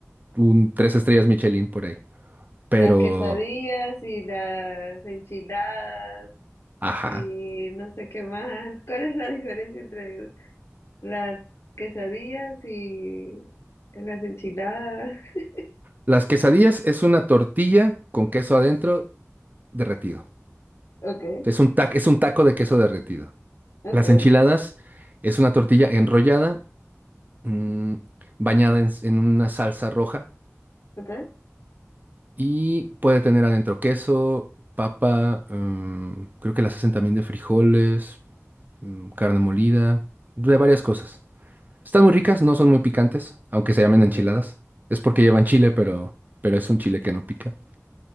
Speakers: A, on the right; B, on the left.
A: un tres estrellas Michelin por ahí. Pero,
B: las quesadillas y las enchiladas
A: ajá.
B: y no sé qué más. ¿Cuál es la diferencia entre las quesadillas y las enchiladas? <laughs>
A: Las quesadillas es una tortilla con queso adentro derretido.
B: Okay,
A: Es un tac- es un taco de queso derretido.
B: okay,
A: Las enchiladas es una tortilla enrollada, mm, bañada en, en una salsa roja
B: okay,
A: Y puede tener adentro queso, papa, mm, creo que las hacen también de frijoles, mm, carne molida, de varias cosas. Están muy ricas, no son muy picantes, aunque se llamen
B: okay.
A: enchiladas. Es porque llevan chile, pero, pero es un chile que no pica.